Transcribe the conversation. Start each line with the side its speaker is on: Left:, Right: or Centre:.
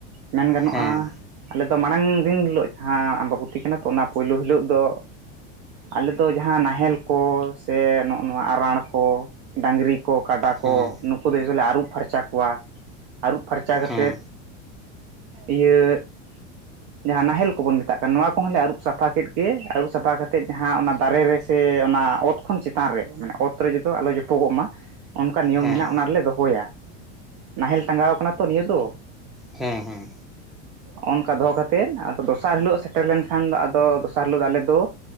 Right: ᱢᱮᱱ ᱜᱟᱱᱚᱜᱼᱟ
Centre: ᱦᱮᱸ
Right: ᱟᱞᱮᱫᱚ ᱢᱟᱲᱟᱝ ᱫᱤᱱ ᱦᱤᱞᱚᱜ ᱡᱟᱦᱟᱸ ᱟᱢᱵᱟᱵᱩᱛᱤ ᱠᱟᱱᱟ ᱛᱚ ᱚᱱᱟ ᱯᱩᱭᱞᱩ ᱦᱤᱞᱚᱜ ᱫᱚ ᱟᱞᱮᱫᱚ ᱡᱟᱦᱟᱸ ᱱᱟᱦᱮᱞ ᱠᱚ ᱥᱮ ᱱᱚᱜᱼᱚ ᱱᱚᱶᱟ ᱟᱸᱨᱟᱲ ᱠᱚ ᱰᱟᱝᱨᱤ ᱠᱚ ᱠᱟᱰᱟ
Centre: ᱦᱮᱸ
Right: ᱠᱚ ᱱᱩᱠᱩ ᱫᱚ ᱟᱭᱥᱮ ᱞᱮ ᱟᱹᱨᱩᱵ ᱯᱷᱟᱨᱪᱟ ᱠᱚᱣᱟ ᱟᱹᱨᱩᱵ ᱯᱷᱟᱨᱪᱟ ᱠᱟᱛᱮᱫ
Centre: ᱦᱮᱸ
Right: ᱤᱭᱟᱹ ᱡᱟᱦᱟᱸ ᱱᱟᱦᱮᱞ ᱠᱚᱵᱚᱱ ᱢᱮᱛᱟᱜ ᱠᱟᱱ ᱱᱚᱶᱟ ᱠᱚᱦᱚᱸᱞᱮ ᱟᱹᱨᱩᱵ ᱥᱟᱯᱷᱟ ᱠᱮᱫ ᱜᱮ ᱟᱹᱨᱩᱵ ᱥᱟᱯᱷᱟ ᱠᱟᱛᱮᱫ ᱡᱟᱦᱟᱸ ᱦᱟᱸᱜ ᱚᱱᱟ ᱫᱟᱨᱮ ᱨᱮᱥᱮ ᱚᱱᱟ ᱚᱛ ᱠᱷᱚᱱ ᱪᱮᱛᱟᱱ ᱨᱮ ᱢᱟᱱᱮ ᱚᱛ ᱨᱮ ᱡᱚᱫᱚ ᱟᱞᱚ ᱡᱚᱯᱚᱜᱚᱜ ᱢᱟ᱾ ᱚᱱᱠᱟ ᱱᱤᱭᱚᱢ
Centre: ᱦᱮᱸ
Right: ᱢᱮᱱᱟᱜ ᱚᱱᱟ ᱨᱮᱞᱮ ᱫᱚᱦᱚᱭᱟ᱾ ᱱᱟᱦᱮᱞ ᱴᱟᱸᱜᱟᱣ ᱟᱠᱟᱱᱟ ᱛᱚ ᱱᱤᱭᱟᱹ ᱫᱚ᱾
Centre: ᱦᱮᱸ ᱦᱮᱸ
Right: ᱚᱱᱚᱝᱠᱟ ᱫᱚᱦᱚ ᱠᱟᱮᱫ ᱟᱫᱚ ᱫᱚᱥᱟᱨ ᱦᱤᱞᱳᱜ ᱥᱮᱴᱮᱨ ᱞᱮᱱᱠᱷᱟᱱ ᱫᱚ ᱟᱫᱚ ᱫᱚᱥᱟᱨ ᱦᱤᱞᱚᱜ ᱫᱚ ᱟᱞᱮ ᱫᱚ